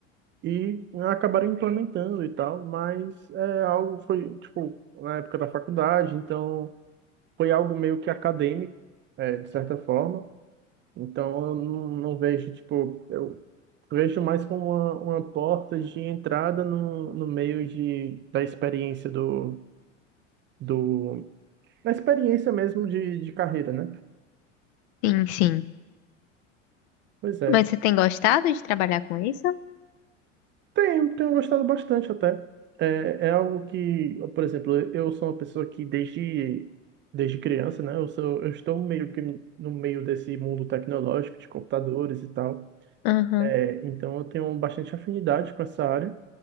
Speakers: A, on the right; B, on the left.
A: e né, acabaram implementando e tal, mas é algo foi tipo na época da faculdade, então foi algo meio que acadêmico, é, de certa forma. Então eu não, não vejo tipo eu vejo mais como uma, uma porta de entrada no, no meio de da experiência do do na experiência mesmo de, de carreira, né?
B: Sim, sim.
A: Pois é.
B: Mas você tem gostado de trabalhar com isso?
A: Tenho, tenho gostado bastante até. É, é algo que, por exemplo, eu sou uma pessoa que desde, desde criança, né? Eu sou, eu estou meio que no meio desse mundo tecnológico, de computadores e tal.
B: Aham.
A: É, então eu tenho bastante afinidade com essa área.